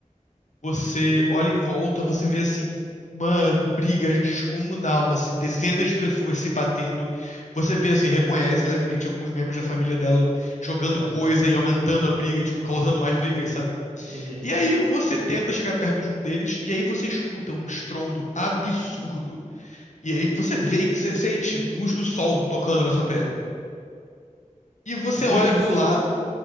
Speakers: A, on the left; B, on the right.
A: Você olha em volta, você vê assim uma briga descomunal, assim, dezenas de pessoas se batendo. Você vê assim, reconhece levemente alguns membros da família dela jogando
B: certo?
A: coisa e aumentando a briga, tipo, causando mais brigas,
B: Uhum,
A: sabe?
B: uhum.
A: E aí você tenta chegar perto de um deles e aí você escuta um estrondo absurdo. E aí você vê, você sente luz do sol tocando na sua pele. E você
B: Luz
A: olha
B: dos...
A: pro lado